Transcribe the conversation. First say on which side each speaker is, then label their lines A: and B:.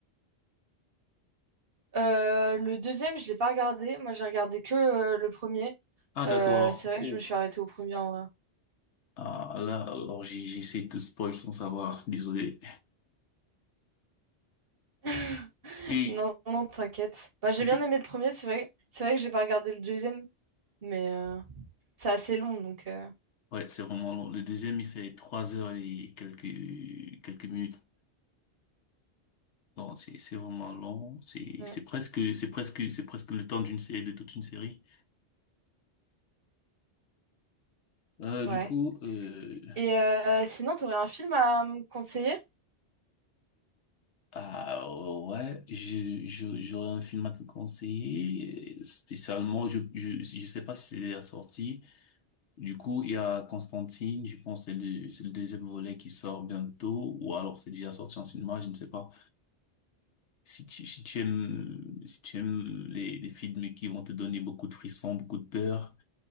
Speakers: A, on the right (about 55°); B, on the left (about 80°).
A: euh, le deuxième, je l'ai pas regardé. Moi j'ai regardé que euh, le premier.
B: Ah, d'accord.
A: Euh, c'est vrai
B: Oups.
A: que je me suis arrêtée au premier. en vrai.
B: Ah, là, alors j'ai j'ai essayé de te spoil sans savoir, désolé.
A: <laughs>
B: Et,
A: Non, non, t'inquiète. Bah, j'ai
B: et c'est,
A: bien aimé le premier, c'est vrai. C'est vrai que j'ai pas regardé le deuxième, mais euh, c'est assez long donc. euh,
B: ouais, c'est vraiment long. Le deuxième, il fait trois heures et quelques, quelques minutes. Non, c'est, c'est vraiment long. C'est,
A: mm,
B: c'est presque, c'est presque, c'est presque le temps d'une série, de toute une série. Euh,
A: Ouais.
B: du coup, euh,
A: Et euh, sinon, tu aurais un film à me conseiller?
B: Ah ouais, je, je, j'aurais un film à te conseiller. euh, Spécialement, je, je, je sais pas si c'est la sortie. Du coup, il y a Constantine, je pense que c'est le, c'est le deuxième volet qui sort bientôt, ou alors c'est déjà sorti en cinéma, je ne sais pas. Si tu, si tu aimes, si tu aimes les, les films qui vont te donner beaucoup de frissons, beaucoup de peur,